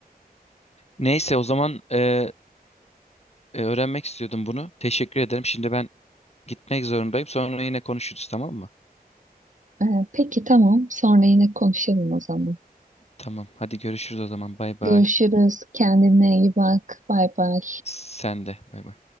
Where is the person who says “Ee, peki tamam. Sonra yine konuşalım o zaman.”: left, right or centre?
Right